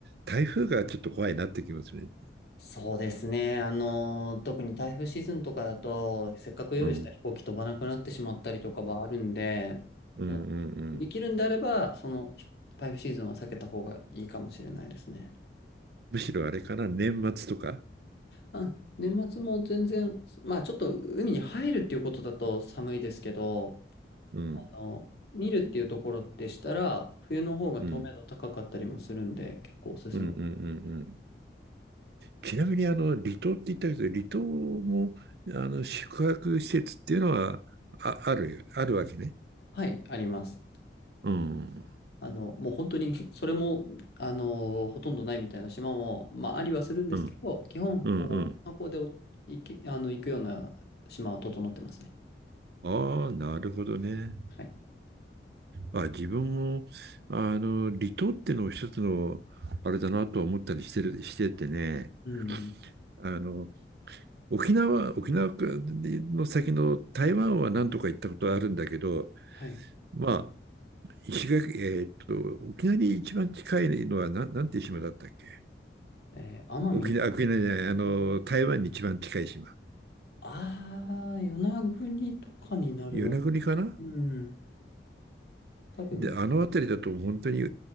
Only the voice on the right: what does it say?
台風がちょっと怖いなってきますね。
うん、うん、
うん、うん、
むしろあれかな、年末とか。
うん、
うん、
うん、うん、うん。うんちなみに、あの、離島って言ったけど、離島も、あの、宿泊施設っていうのは、あ、あるよ、あるわけね。
うん、うん、
うん、
うん。
ああ、なるほどね。
あ、自分も、あの、離島ってのを一つの、あれだなとは思ったりしてる、しててね、
あの、沖縄、沖縄の先の台湾は何とか行ったことあるんだけど、
まあ、石垣、えーっと、沖縄に一番近いのは、な、なんていう島だったっけ
沖縄、沖縄じゃない、あの、台湾に一番近い島。
与那国かな
で、あの辺りだと本当に、